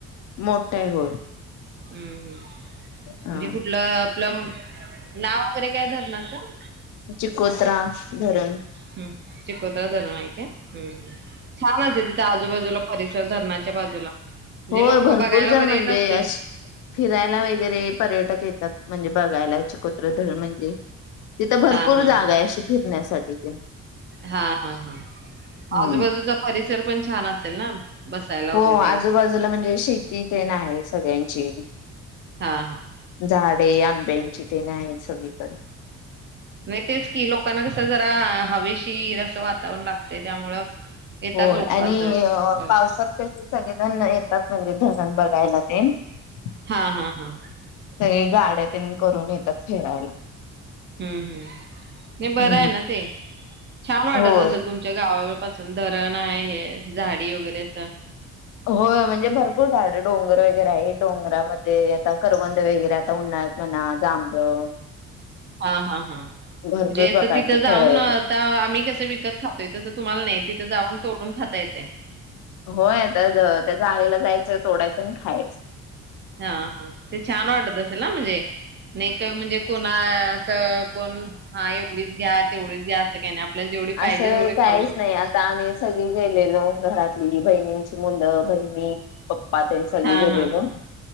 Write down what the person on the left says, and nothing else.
मोठ आहे होय
हा
चिकोत्रा. धरण
हो
भरपूर
जर
म्हणजे
अश फिरायला वगैरे पर्यटक येतात. म्हणजे बघायला चिकोत्रा धरण म्हणजे. तिथं भरपूर
जागा
आहे, अशी फिरण्यासाठी. ठीक आहे.
हम्म
हो आजूबाजूला म्हणजे शेती तेन आहे सगळ्यांची.
झाडे आम बेंच इथे आहेत सगळीकडे.
होय
ॲणि
पावसात कशी. सगळेजण येतात. सगळे धरण बघायला तेन. सगळे
गाड्या तेन करून येतात फिरायला.
हम्म
होय
हो म्हणजे भरपूर झाड डोंगर वगैरे आहे, डोंगरामध्ये आता करवंद वगैरे आता उन्हाळ्यात आहेत, म्हणा जांभळ.
भरपूर
प्रकारचे
फळ
वगैरे
होय आता त्या जाळीला जायचं तोडायचं आणि खायचं
असं
काहीच
नाही आता आम्ही सगळी गेलेलो घरात. तिन्ही बहिणींची मुलं बहिणी पप्पा तेन सगळी
गेल्यालो